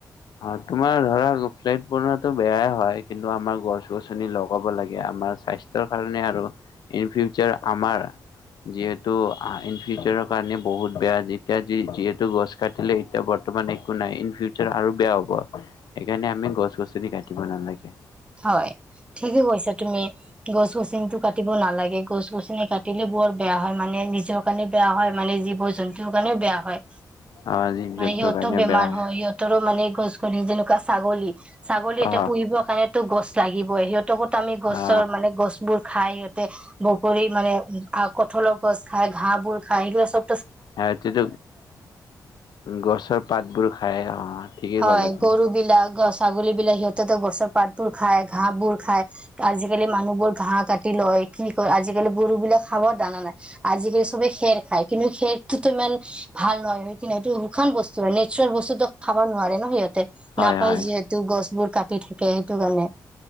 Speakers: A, on the left (about 75°); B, on the right (about 15°).
A: অ তোমাৰ ধৰা লোফ্লেট বনোৱাটো বেয়াই হয় কিন্তু আমাৰ গছ গছনি লগাব লাগে আমাৰ স্বাস্থ্যৰ কাৰণে আৰু ইন ফিউচাৰ আমাৰ যিহেতু অ ইন ফিউচাৰৰ কাৰণে বহুত বেয়া যেতিয়া যিহেতু গছ কাটিলে এতিয়া বৰ্তমান একো নাই ইন ফিউচাৰ আৰু বেয়া হ'ব সেইকাৰণে আমি গছ গছনি কাটিব নালাগে
B: হয় ঠিকে কৈছা তুমি গছ গছিনটো কাটিব নালাগে গছ গছনি কাটিলে বৰ বেয়া হয় মানে নিজৰ কাৰণে বেয়া হয় মানে জীৱ জন্তুৰ কাৰণেও বেয়া হয়
A: অ জীৱ
B: মানে
A: জন্তুৰ
B: সিহঁত
A: কাৰণে
B: বেমাৰ
A: বেয়া
B: হয় সিহঁতৰো মানে গছ গনি যেনেকুৱা ছাগলী ছাগলী এতিয়া
A: অ
B: পুহিবৰ কাইপ টো গছ লাগিবয় সিহঁত ত আমি গছৰ
A: অ
B: মানে গছবোৰ খাই সিহঁতে বগুৰী মানে আউক কঠলৰ গছ খাই ঘাঁহ বোৰ খাই এইবিলা চব
A: সিহঁতেটো গছৰ পাতবোৰ খায় অ ঠিকেই
B: হয়
A: ক'লা তুমি
B: গৰু বিলাক গছ ছাগলী বিলাক সিহঁতেটো গছৰ পাত বোৰ খায় ঘাহবোৰ খাই আজিকালি মানুহ বোৰ ঘাহ কাটি লয় কি কয় আজিকালি গৰু বিলাক খাব দানা নাই আজিকালি সবে খেৰ খায় কিন্তু খেৰটোতো ইমান ভাল নহয় হয় কি এইটো শুশান বস্তু হয় নেচাৰেল বস্তু খাব নোৱাৰে ন সিহঁতে
A: হয়
B: নাপায়
A: হয়
B: যিহেতু গছ বোৰ। কাটি থাকে সেইটো কাৰণে।